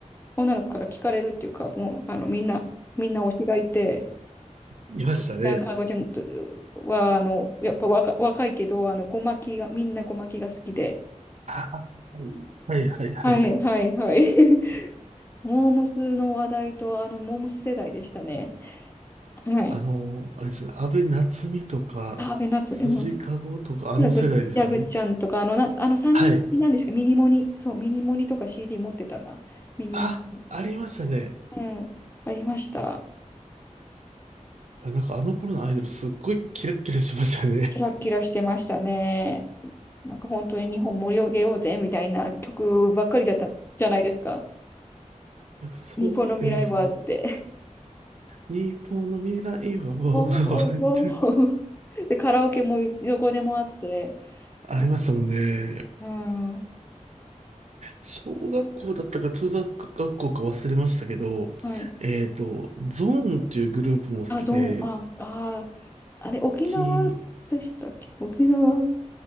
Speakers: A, on the left (about 15°); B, on the right (about 60°).
A: 女の子から聞かれるっていうか、もう、あの、みんな、みんな推しがいて、
B: いましたね。
A: なんか、かごちゃんは、あの、やっぱ若、若いけど、あの、ごまきが、みんなごまきが好きで。
B: あはい、はい、はい。
A: はいはいはい。<laughs> モームスの話題と、あの、モームス世代でしたね。はい。
B: あのーあれですね、安倍夏実とか、
A: あー、ベナツ、
B: 辻かごとか、
A: うん。
B: あの世代ですよね。
A: ジャグ、ヤグちゃんとか、あの、な、あの3人組なんですけど、
B: はい。
A: ミニモニ、そう、ミニモニとか CD 持ってたな。ミニモニ、
B: あ、ありましたね。
A: うん、ありました。
B: あなんかあの頃のアイドルすっごいキラッキラしましたね。
A: キラキラしてましたね。なんか本当に日本盛り上げようぜみたいな曲ばっかりじゃったじゃないですか。
B: なんかそう、
A: 日本の未来はあって。
B: えっと、日本の未来を
A: <laughs> わうわうわうわ
B: <laughs>
A: うで、カラオケもどこでもあって。
B: ありましたもんね。
A: あ、うん。
B: 小学校だったか中学学校か忘れましたけど、
A: はい。
B: えっと、ゾーンっていうグループも好きで、
A: あ、どん、あ、あー、あれ、沖縄でしたっけ沖縄。
B: き、